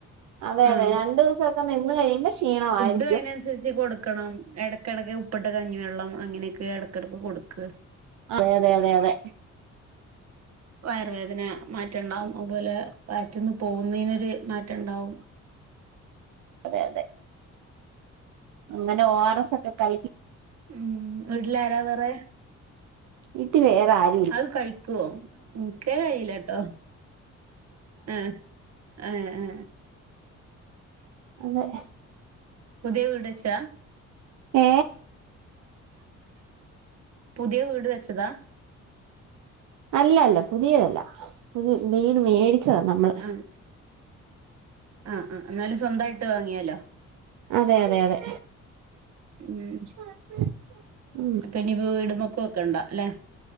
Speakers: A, on the right; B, on the right.
A: അതെ
B: ആഹ്
A: അതെ രണ്ടൂവസൊക്കെ നിന്ന് കഴിയുമ്പോ ക്ഷീണവാരി
B: ഡും അതിനൻസരിച്ച് കൊടുക്കണം. എടയ്ക്കെടയ്ക്ക് ഉപ്പിട്ട കഞ്ഞിവെള്ളം അങ്ങനെയൊക്കെ എടയ്ക്കെടക്ക് കൊടുക്ക്.
A: തെ തെ അതെ അതെ
B: വയറുവേദന മാറ്റണ്ടാവും അതുപോലെ വയറ്റ്ന്ന് പോകുന്നതിനൊരു മാറ്റണ്ടാവും.
A: അതെയതെ അങ്ങനെ ഒറസ് ഒക്കെ കലക്കി
B: ഉം വീട്ടിലാരാ വേറെ.
A: വീട്ടി വേറെ ആരു
B: അത് കഴിക്കോ ൻക്കേ കഴിയിലാട്ടോ ആഹ് ഏ ഏ
A: <inaudible> അതെ
B: പുതിയെ വീട് വെച്ചാ
A: ഏ
B: പുതിയെ വീട് വെച്ചതാ?
A: അല്ല അല്ല പുതിയതല്ല പുതിയ വീട് മേടിച്ചതാ നമ്മള്.
B: ആഹ് ആഹ് ആഹ് ന്നാലും സ്വന്തായിട്ട് വാങ്ങിയല്ലോ.
A: അതെ അതെ അതെ
B: ഉം
A: <unintelligible> മ്
B: അപ്പൊ ഇനി വീടുമ്മക്ക് വെക്കണ്ട അല്ലെ